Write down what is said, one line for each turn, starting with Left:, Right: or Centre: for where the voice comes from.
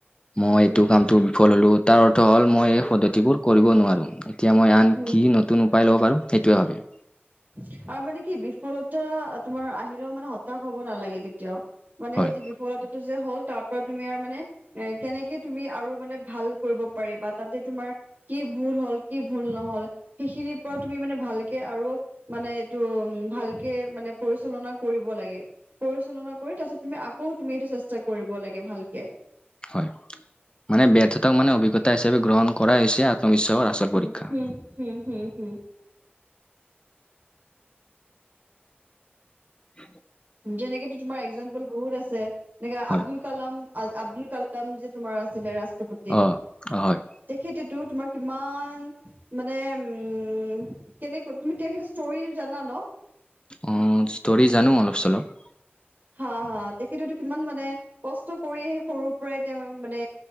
Left: মই
Right: উম,
Left: এইটো কামটো বিফল হ'লো তাৰ অৰ্থ হ'ল মই এই পদ্ধতিবোৰ কৰিব নোৱাৰোঁ এতিয়া মই আন
Right: উম।
Left: কি নতুন উপায় ল'ব পাৰো সেইটোৱে ভাবিম
Right: আৰু মানে কি বিফলতা তোমাৰ আহিলেও মানে হতাশ হব নালাগে কেতিয়াও মানে
Left: হয়
Right: সেই যে বিফলতাটো যে হ'ল তাৰ পৰা তুমি আৰু মানে এ কেনেকে তুমি আৰু মানে ভাল কৰিব পাৰি বা তাতে তোমাৰ কি ভুল হ'ল কি ভুল নহল সেইখিনিৰ পৰা তুমি মানে ভালকে আৰু মানে এইটো উ ভালকে মানে পৰিচালনা কৰিব লাগে পৰিচালনা কৰি তাৰপিছত তুমি আকৌ তুমি এইটো চেষ্টা কৰিব লাগে ভালকে
Left: হয় মানে বেথ এটাক মানে অভিজ্ঞতা হিচাপে গ্ৰহণ কৰা হৈছে সম শৰ আচল
Right: হুম,
Left: পৰীক্ষা
Right: হুম, হুম, হুম, হুম।
Left: উ
Right: যেনেকে তোমাৰ একজাম্পল বহুত আছে এনেকে
Left: হয়
Right: আব্দুল কালাম আব্দুল কালাম যে তোমাৰ আছিলে ৰাষ্ট্ৰপতি
Left: অ অ হয়
Right: তেখেতেতো তোমাৰ কিমান মানে উ কেনেকৈ তুমি তেখেতৰ ষ্টৰি জানা ন
Left: অ ষ্টৰি জানো অলপ চলপ
Right: হা হা তেখেতেতো কিমান মানে কষ্ট কৰি আহি সৰুৰ পৰাই তেওঁ মানে